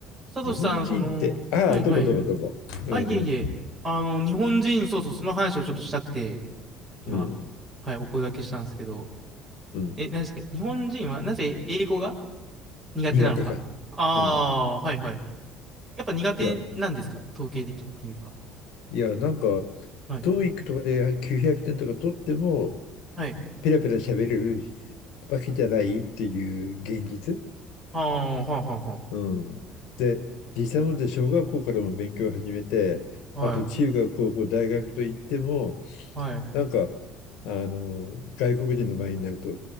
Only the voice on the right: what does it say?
サトシさん、
その、
はいはい。
あ、
いえいえ。あの、日本人、そうそう、その話をちょっとしたくて、今、
はい、お声掛けしたんですけど、
え、何ですか、日本人はなぜ英語が苦手なのかああー、
はいはい。やっぱ苦手なんですか統計的にっていうか。
はい。
はい。
はあ、はあ、は
あ、
は
あ。はい。はい。う